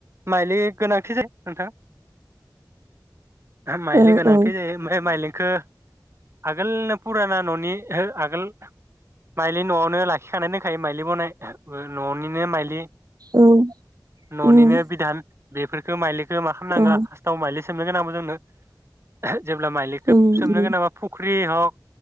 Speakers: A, on the right; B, on the right.
A: माइलि गोनांथि जायो नोंथां ओ माइलि
B: औ
A: गोनांथि
B: औ
A: जायो ओमफ्राय माइलिखो आगोलनो फुराना न'नि आगोल माइलि न'आवनो लाखिखानाय दोनखायो माइलि बनायनो न'नि नि माइलि
B: औ
A: न'निनो
B: उम
A: बिधान बेफोर खोमाइलि खो मा खामनांगो
B: औ
A: फारस्टाव माइलि सोमनो गोनां <unintelligible> जेब्ला माइलिखो
B: उम
A: सोमनो
B: उम
A: गोनांल्बा फु ख्रि हक